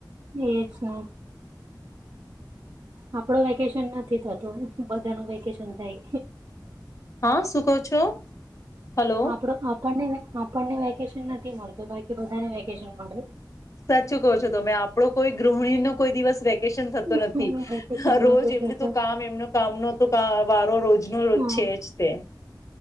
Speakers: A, on the right; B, on the left.
A: એજ નેું આપડો વેકેશન નથી થતું બધા ન વેકેશન થાય.
B: હા શું કહો છો હલો
A: આપ આપ આપને નથી મળતો બાકી બધાને વેક કે જે <unintelligible>
B: સાચું કહો છો તમે આપ આપડો કોઈ ગૃહિણી નો કોઈ દિવસ વેકેશન
A: હમ
B: થતો નથી
A: વેકેશન
B: રોજ
A: નથી
B: એમને
A: થતું.
B: તો કામ એમનો કામનો તો વારો રોજનો
A: હમ
B: છે જ તે